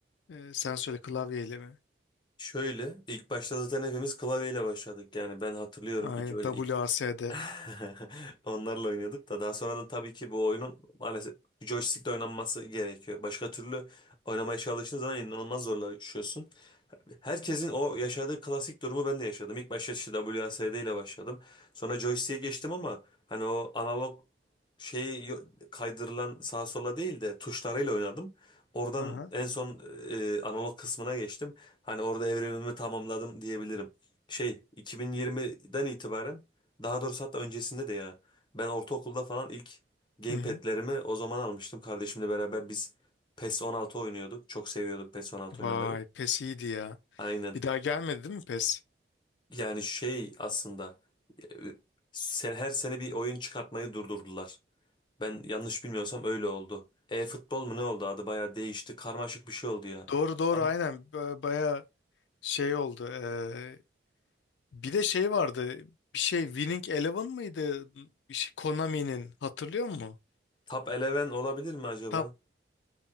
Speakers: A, on the left; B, on the left.
A: Eee, sen söyle klavyeyle mi?
B: Şöyle ilk başta zaten hepimiz klavyeyle başladık. Yani ben hatırlıyorum
A: Aynen
B: iki öyle
A: W
B: ilk
A: A S D
B: <laughs> onlarla oynuyorduk da daha sonradan tabii ki bu oyunun maalesef joystick'le oynanması gerekiyor. Başka türlü oynamaya çalıştığın zaman inanılmaz zorlaşıyorsun. Herkesin o yaşadığı klasik durumu ben de yaşadım. İlk başta işte WASD ile başladım. Sonra joystick'e geçtim ama hani o analog şeyi yo- kaydırılan sağa sola değil de tuşlarıyla oynadım. Oradan
A: Aha.
B: en son e, analog kısmına geçtim. Hani orada evrimimi tamamladım diyebilirim. Şey 2020'den itibaren daha doğrusu hatta öncesinde de ya ben ortaokulda falan ilk gamepad'lerimi
A: Hı hı.
B: o zaman almıştım. Kardeşimle beraber biz PES 16 oynuyorduk. Çok seviyorduk PES 16
A: Vay
B: oynamayı.
A: PES iyiydi ya.
B: Aynen.
A: Bir daha gelmedi değil mi PES?
B: Yani şey aslında e, sen her sene bir oyun çıkartmayı durdurdular. Ben yanlış bilmiyorsam öyle oldu. E-futbol mu ne oldu adı bayağı değişti. Karmaşık bir şey oldu ya.
A: Doğru doğru
B: Ama
A: aynen. Baya Şey oldu. eee, bir de şey vardı. Bir şey Winning Eleven mıydı? Bir şey Konami'nin. Hatırlıyor musun?
B: Top Eleven olabilir mi acaba?
A: Tab